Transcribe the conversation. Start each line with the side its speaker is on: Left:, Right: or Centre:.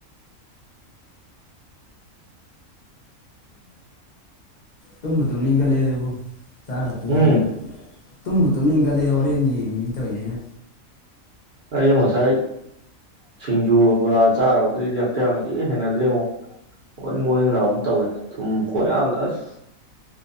Left: ꯇꯨꯝꯕꯨ ꯇꯨꯝꯅꯤꯡ ꯈꯜꯂꯛ ꯑꯦꯗ ꯆꯥꯛꯒ ꯇꯣꯛꯑꯝꯅꯤꯅ
Right: ꯎꯝ
Left: ꯇꯨꯝꯕꯨ ꯇꯨꯝꯅꯤꯡ ꯈꯠꯂꯛꯑꯦ ꯍꯣꯔꯦꯟ ꯌꯦꯡꯅꯤ ꯇꯧꯔꯤꯁꯦ ꯑꯩꯅ
Right: ꯑꯩꯩꯖꯨ ꯉꯁꯥꯏ ꯁꯤꯡꯖꯨꯒ ꯕꯣꯔꯥ ꯆꯥꯨꯔꯕꯗꯩꯗꯤ ꯍꯛꯆꯥꯡ ꯏꯍꯩ ꯍꯩꯅꯗ꯭ꯔꯦꯉꯣ ꯑꯣꯅꯤꯡ ꯑꯣꯅꯤꯡ ꯂꯥꯎꯒꯨꯝ ꯇꯧꯋꯦ ꯊꯨꯝ ꯀꯣꯌꯥꯝꯗ ꯑꯁ